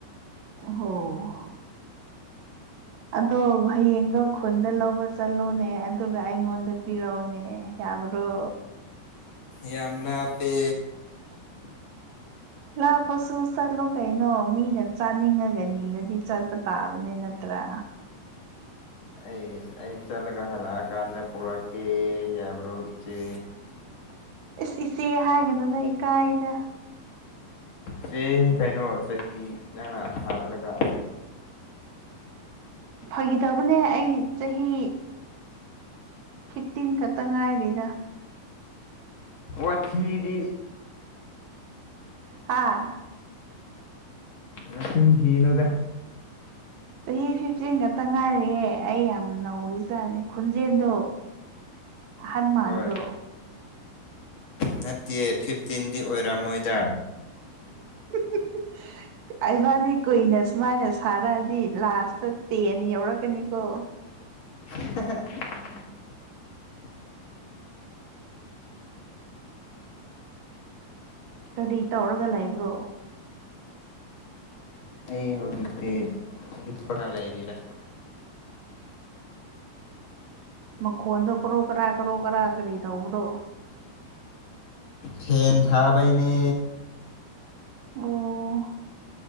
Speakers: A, on the right; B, on the left.
A: ꯑꯣꯍꯣ ꯑꯗꯣ ꯍꯌꯦꯡꯗꯣ ꯈꯨꯟꯗ ꯂꯧꯕ ꯆꯠꯂꯣꯅꯦ ꯑꯗꯨꯒ ꯑꯩꯉꯣꯟꯗ ꯄꯤꯔꯛꯑꯣꯅꯦ ꯌꯥꯕꯔꯣ
B: ꯌꯥꯝ ꯂꯞꯄꯦ
A: ꯂꯞꯄꯁꯨꯁ ꯆꯠꯂꯣ ꯀꯩꯅꯣ ꯃꯤꯅ ꯆꯥꯅꯤꯡꯉꯒ ꯅꯤꯔꯗꯤ ꯆꯠꯄ ꯇꯥꯕꯅꯦ ꯅꯠꯇ꯭ꯔꯥ
B: ꯑꯩ ꯑꯩ ꯆꯠꯂꯒ ꯍꯜꯂꯛꯑꯀꯥꯟꯗ ꯄꯨꯔꯛꯀꯦ ꯌꯥꯕ꯭ꯔꯣ ꯏꯆꯦ
A: ꯏꯁ ꯏꯆꯦ ꯍꯥꯏꯒꯅꯨꯗ ꯏꯀꯥꯏꯗ
B: ꯆꯦꯅꯤ ꯀꯩꯅꯣ ꯆꯍꯤ ꯅꯪꯅ ꯍꯥꯜꯂꯒ
A: ꯐꯒꯤ ꯇꯧꯗꯕꯅꯦ ꯑꯩ ꯆꯍꯤ ꯐꯤꯞꯇꯤꯟ ꯈꯛꯇ ꯉꯥꯏꯔꯤꯗ
B: ꯋꯥꯊꯤꯗꯤ
A: ꯍꯥꯥ
B: ꯅꯆꯤꯟ ꯊꯤꯒꯅꯨꯗ
A: ꯆꯍꯤ ꯐꯤꯐꯇꯤꯟ ꯈꯛꯇ ꯉꯥꯏꯔꯤꯌꯦ ꯑꯩ ꯌꯥꯝ ꯅꯧꯔꯤꯖꯥꯠꯅꯤ ꯈꯣꯟꯖꯦꯟꯗꯣ ꯑꯍꯟ ꯃꯥꯟꯕ꯭ꯔꯣ
B: ꯍꯣꯏ ꯅꯠꯇꯤꯌꯦ ꯐꯤꯐꯇꯤꯟꯗꯤ ꯑꯣꯏꯔꯝꯃꯣꯏꯗ
A: <inaudible> ꯑꯩꯕꯥꯢꯅꯤ ꯀꯨꯏꯅ ꯁꯨꯃꯥꯏꯅ ꯁꯥꯔꯛꯑꯗꯤ ꯂꯥꯁꯇ ꯇꯦꯟ ꯌꯧꯔꯛꯀꯅꯤꯀꯣ
B: <inaudible>
A: ꯀꯔꯤ ꯇꯧꯔꯒ ꯂꯩꯕ꯭ꯔꯣ
B: ꯑꯩ ꯍꯧꯖꯤꯛꯇꯤ ꯍꯤꯞꯄꯒ ꯂꯩꯥꯔꯤꯗ
A: ꯃꯈꯣꯟꯗ ꯀ꯭ꯔꯣ ꯀꯔꯥ ꯀꯣ ꯀꯔꯥ ꯀꯔꯤ ꯇꯧꯕ꯭ꯔꯣ
B: ꯐꯦꯟ ꯊꯥꯕꯩꯅꯦ
A: ꯑꯣ